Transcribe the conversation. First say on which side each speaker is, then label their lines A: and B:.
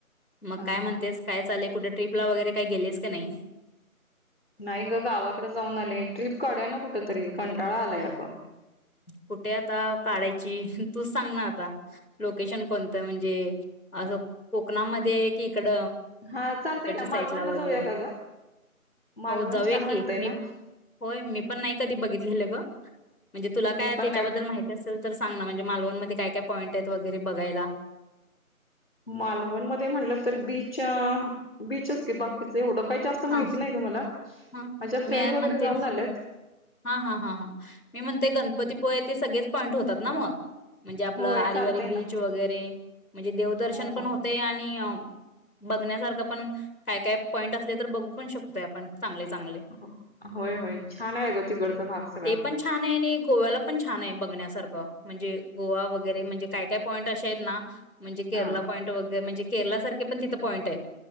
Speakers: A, on the left; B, on the left.
A: मग
B: हा
A: काय म्हणतेस
B: हा
A: काय चालू कुठे ट्रिपला वगैरे काही गेलेस की नाही?
B: नाही ग गावाकड जाऊन आले ट्रिप काढूया ना कुठ तरी कंटाळा आलाय ग.
A: कुठे आता काढायची तूच सांग ना आता लोकेशन कोण त म्हणजे असं कोकणामध्ये की इड
B: हा चालतय
A: इकडच्या
B: ना मालवणला
A: साईटला वगैरे
B: जाऊया का ग मालवण
A: हो जाऊ
B: छान वाटतय
A: की मी
B: ना
A: होय मी पण नाही कधी बघितलेलं ग. म्हणजे तु काय
B: मी पण
A: त्याच्याबद्दल
B: नाही
A: माहिती असेल तर सांग ना मालवण मध्ये काय काय पाईंट वगैरे बघायला.
B: मालवण मध्ये म्हटलं तर बीच बीचच की बाकीच एवढं काही जास्त
A: हा
B: माहिती नाही त मला
A: हा
B: माझ्या फ्रेंड
A: मी
B: वगैरे
A: म्हणते
B: जाऊन आल्यात
A: हा हा हा हां मी म्हणते गणपतीपुळे ते सगळेच पॉईंट होतात ना मग म्हणजे आपलं
B: होय
A: आरे
B: चालतय
A: वारे
B: ना
A: बीच वगैरे म्हणजे देवदर्शन
B: हो
A: पण
B: हो
A: होते आणि बघण्यासारखं पण काय काय पॉइंट असले तर बघू पण शकतोय आपण चांगले चांगले
B: हो होय होय छान आहे ग तिकडचा भाग सगळा
A: ते पण छान आहे आणि गोव्याला पण छान आहे बघण्यासार ख म्हणजे गोवा वगैरे म्हणजे काय काय पॉईंट असे आहेत ना म्हणजे केरला
B: हा
A: पाँइंट वग म्हणजे केरला सारखे पण तिथे पॉईंट आहेत